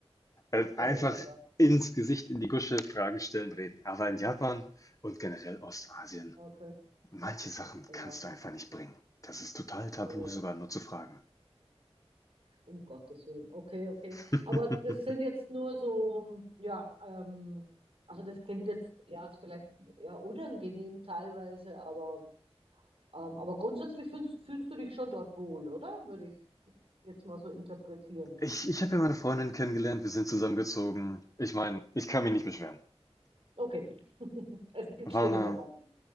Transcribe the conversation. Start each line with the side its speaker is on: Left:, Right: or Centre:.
Left: Äh,
Right: ja,
Left: einfach
Right: ja, ja.
Left: ins Gesicht, in die Gusche, Fragen stellen, reden. Aber in Japan und generell Ostasien
Right: Okay,
Left: Manche Sachen
Right: ja.
Left: kannst du einfach nicht bringen. Das ist total tabu,
Right: Äh,
Left: sogar nur zu fragen.
Right: um Gottes Willen. Okay, okay.
Left: <laughs>
Right: Aber das sind jetzt nur so, ja, ähm, also das klingt jetzt, ja, ist vielleicht ja unangenehm teilweise, aber. Ähm, aber grundsätzlich fühlst, fühlst du dich schon dort wohl, oder? Würde ich jetzt mal so interpretieren.
Left: Ich, ich habe ja meine Freundin kennengelernt, wir sind zusammengezogen. Ich meine, ich kann mich nicht beschweren.
Right: Okay. <laughs> Es gibt
Left: War
Right: schlimmere
Left: eine,
Right: Orte